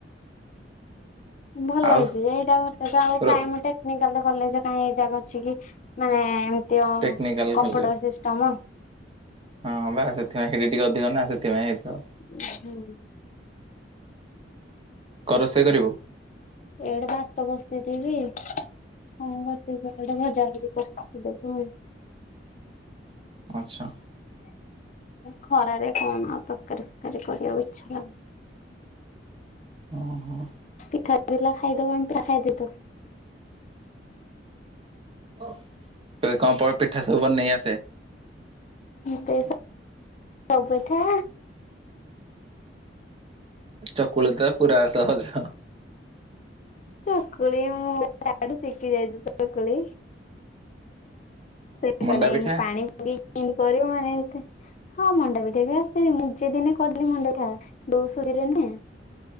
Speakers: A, on the left (about 40°); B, on the right (about 30°).
A: ଭଲ
B: ଆଉ
A: ହେଇଛି ଏଇଟା ଘଟ ଟା ଆଉ
B: ର
A: କାଇଁମତେ ନ କାଲେ କଲେଜ କାହିଁ ଏଗ୍ଜାମ୍ ଅଛି କି ମାନେ ଏମିତି
B: ଟେକ୍ନିକାଲ
A: କଫଟ
B: କଲେଜ
A: ସିଷ୍ଟମ।
B: ହଁ ବା ସେଥିପାଇଁ ସେଇଠି ଟିକେ ଅଧିକ ନା ସେଥିପାଇଁ ହେଇଥିବ।
A: ହୁଁ।
B: କଣ ରୋଷେଇ କରିବୁ।
A: ଏଆଡେ ଭାତ ବସେଇ ଥିବି। ହଁ କରତେ ଗୋଟେ ଭଜା ଭଜି କରି ରଖିଦବୁ।
B: ଆଚ୍ଛା।
A: ଖରାରେ କଣ ଆଉ ତରକାରୀ, ଫକାରୀ କରିବାକୁ ଇଛାଲାଗୁନି।
B: ଅ ହଁ।
A: ପିଠାଥିଲା ଖାଇଦେବା ଆମେ ଖାଇଦେ ତୁ
B: ଓ କଣ ପିଠା ସବୁବନେଇ ଆସେ।
A: ହଁ ତେଷା ସବୁ ପିଠା।
B: ଚକୁଳି ତ ପୁରା ସହଜ।
A: ଚକୁଳି ମୁଁ ତାଠୁ ଶିଖି ଯାଇଛି ଚକୁଳି। ସେ କହିଲା
B: ମଣ୍ଡା ପିଠା
A: ଇମିତି ପାଣି ପକେଇକି ଇମିତି କରିବ ମାନେ ଏତେ ହଁ ମଣ୍ଡାପିଠା ବି ଆସି ମୁଁ ନିଜେ ଦିନେ କରିଦେଲି ମଣ୍ଡାପିଠା ବୋଉ ସୋଦି ଲେନେ।